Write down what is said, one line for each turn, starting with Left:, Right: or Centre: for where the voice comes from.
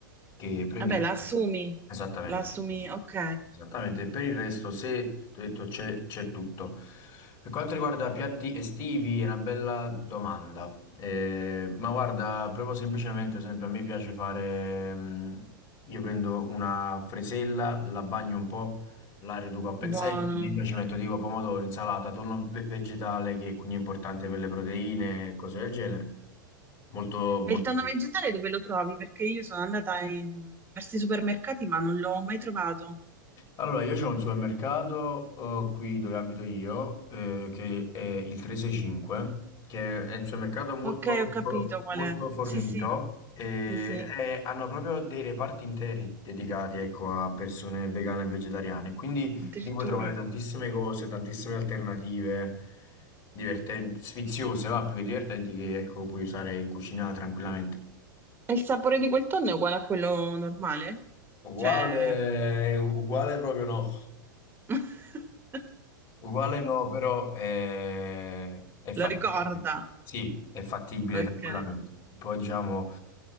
Left: che prendi
Right: Vabbè, la assumi,
Left: esattamente.
Right: la assumi, ok,
Left: Esattamente, per il resto, se ti ho detto c'è c'è tutto. Per quanto riguarda piatti estivi, è una bella domanda. Eh, ma guarda, proprio semplicemente, per esempio, a me piace fare. mm, Io prendo una fresella, la bagno un po', la riduco a pezzetti,
Right: buono.
Left: dentro ci metto tipo pomodoro, insalata, tonno ve- vegetale che quindi è importante per le proteine e cose del genere. Molto, molto.
Right: E il tonno
Left: sì.
Right: vegetale dove lo trovi? Perché io sono andata in diversi supermercati ma non l'ho mai trovato.
Left: Allora, io c'ho un supermercato eh, qui dove abito io, eh, che è il 365, che è un supermercato molto,
Right: Ok, ho capito
Left: fo-
Right: qual
Left: molto
Right: è.
Left: fornito
Right: Sì, sì,
Left: e,
Right: sì, sì,
Left: e hanno proprio dei reparti interi dedicati, ecco, a persone vegane e vegetariane. Quindi
Right: addirittura.
Left: lì puoi trovare tantissime cose, tantissime alternative divertenti, sfiziose, va, più che divertenti, che, ecco, puoi usare in cucina tranquillamente.
Right: E il sapore di quel tonno è uguale a quello normale?
Left: Uguale,
Right: Cioè,
Left: uguale proprio no.
Right: <laughs>
Left: Uguale no, però eh, è, fattibile.
Right: lo ricorda.
Left: Sì, è fattibile
Right: Ok.
Left: tranquillamente.
Right: Eh,
Left: Poi diciamo,